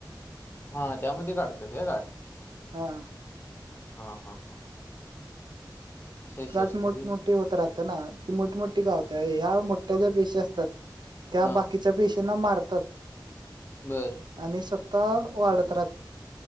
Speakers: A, on the left; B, on the right.
A: हा त्यामध्ये काढतात काय काठ
B: हा
A: हा हा हा असा विषय
B: ती गाठ
A: असते
B: मोठमठी
A: बी
B: होत राहतें ना ती मोठी मोठी गावते ह्या मोठ्या ज्या पेशी असतात त्या
A: हा
B: बाकीच्या पेश्यांना मारतात
A: बर
B: आणि स्वतः वाढत राहात